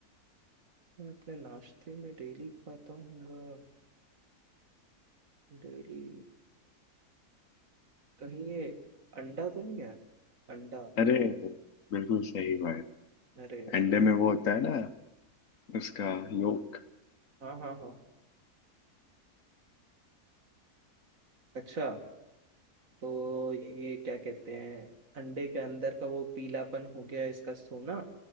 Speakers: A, on the right; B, on the left.
A: मैं अपने नाश्ते में डेली खाता हूँ डेली कहीं ये अंडा तो नहीं है अंडा
B: अरे बिल्कुल सही भाई
A: अरे
B: अंडे में वो होता है ना उसका योक
A: हाँ हाँ हाँ अच्छा तो ये क्या कहते हैं अंडे के अंदर का वो पीलापन हो गया इसका सोना